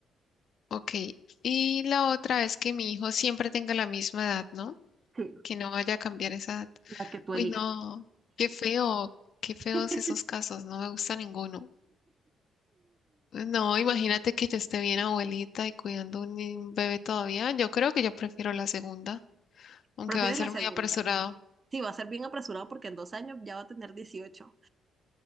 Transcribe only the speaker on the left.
Ok. Y la otra es que mi hijo siempre tenga la misma edad, ¿no?
Que no vaya a cambiar esa edad.
Uy,
no, qué feo, qué feos
esos casos, no me gusta ninguno. No, imagínate que yo esté bien abuelita y cuidando un, ni- un bebé todavía. Yo creo que yo prefiero la segunda, aunque
va a ser
muy apresurado.